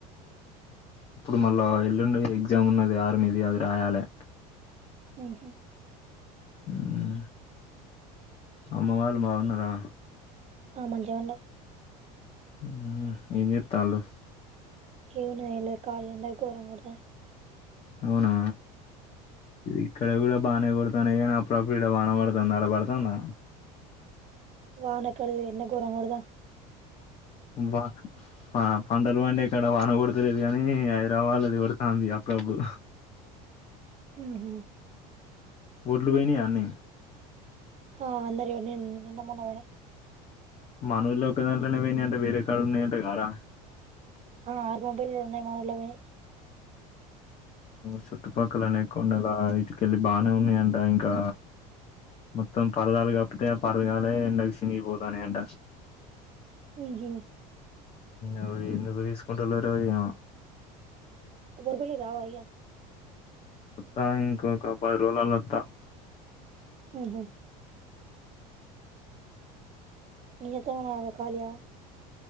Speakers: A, on the left; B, on the right.
A: ఇప్పుడు మళ్ళ ఎల్లుండి ఎగ్జామ్ ఉన్నది ఆర్మీది అది రాయాలే.
B: హ్మ్ హు
A: మ్మ్ అమ్మ వాళ్ళు బావున్నరా?
B: ఆ మంచిగ ఉండర్
A: మ్మ్ ఏం జేత్తాల్లు
B: ఏం ఉన్నయ్ ఏం లేక ప్ప ఎండ ఘోరం కొడుతునై
A: అవునా ఇక్కడ కూడ బానే కొడతానై కాని అప్పుడప్పుడు వాన బడుతాంది అడ బడుతాందా?
B: వానెక్కడిది ఎండ ఘోరంగ కొడుత
A: బ్బా పంటలు పండే కాడ వాన కొడతలేదు కానీ హైదరావాదు లా కొడుతుంది అప్పుడప్పుడు
B: హ్మ్ హు
A: ఒడ్లు బొయినయా అన్ని
B: ఆ అందరివి <unintelligible> నిన్న మొన్న వొయినై
A: మన ఊళ్ళ ఒక దాంట్లనే వొయినై అంట వేరే కాడ ఉన్నాయి అంట గారా
B: ఆ ఆరు పంపోల్లు ఉన్నాయి మనోళ్ళవి పొయినై
A: చుట్టుపక్కల అనే కొండలా ఇటుకెళ్ళి బాగానే ఉన్నాయి అంట ఇంకా మొత్తం <unintelligible> కపితే <unintelligible> ఎండకి చినిగిపోతాని అంట
B: ఉహు
A: అవి ఎందుకు తీసుకుంట లేరో ఏమో
B: గుర్బలి రావా అయ్య
A: వాత ఇంకొక పది రోజులల వాత
B: ఉహు నీతోనే <unintelligible> కాలయా